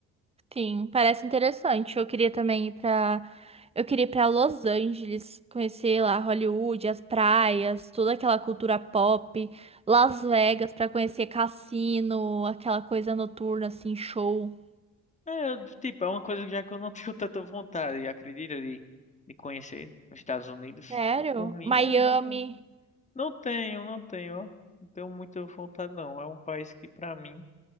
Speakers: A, on the right (about 20°); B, on the left (about 25°).
A: Sim, parece interessante. Eu queria também ir pra. Eu queria ir pra Los Angeles, conhecer lá Hollywood, as praias, toda aquela cultura pop, Las Vegas pra conhecer cassino, aquela coisa noturna assim, show.
B: É, eu, tipo, é uma coisa já que eu não <laughs> tenho tanta vontade, acredita, de, de conhecer os Estados Unidos.
A: Sério?
B: Por por mim,
A: Miami.
B: é, não tenho, não tenho, não tenho, ó. Não tenho muita vontade, não. É um país que, pra mim,